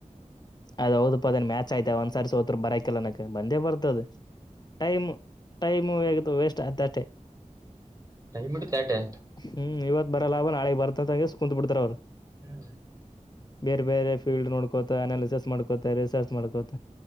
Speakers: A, on the left; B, on the right.
A: ಅದೌದ ಪದನ್ ಮ್ಯಾಚ್ ಆಯ್ತ ಒಂದ್ ಸಾರಿ ಸೋ ಬರಾ ಲನಕ ಬಂದೇ ಬರ್ತದ ಟೈಮ್ ಟೈಮುಗ ವೇಸ್ಟ್ ಅತಷ್ಟೆ
B: ಟೈಮ್ ಇಡ್ತ ಆಟೆ
A: ಹ್ಮ್ ಇವತ್ ಬರಲ್ಲ ಅವ ನಾಳೆಗೆಗ್ ಬರ್ತಂತಂಗ ಕುೂತ್ ಬಿಡ್ತಾರ ಅವ್ರು
B: ಹ್ಮ್
A: ಬೇರೆ ಬೇರೆ ಫೀಲ್ಡ್ ನೋಡ್ಕೋತ ಆ ನ ರಿಸರ್ಚ್ ಮಾಡ್ಕೋತ ರಿಸರ್ಚ್ ಮಾಡ್ಕೋತ